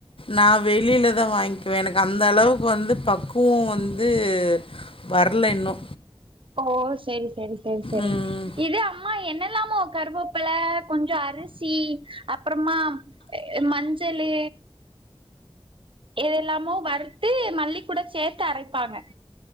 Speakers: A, on the left; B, on the right.
A: நா வெளிலதா வாய்ங்க்குவே எனக்கு அந்தளவுக்கு வந்து பக்குவோ வந்து வர்ல இன்னு.
B: ஓ செரி செரி செரி செரி
A: ம்.
B: இது அம்மா என்னல்லாமோ கருவேப்பள கொஞ்ச அரிசி அப்றமா மஞ்சளு எதெல்லாமோ வறுத்து மல்லிக் கூட சேத்து அரைப்பாங்க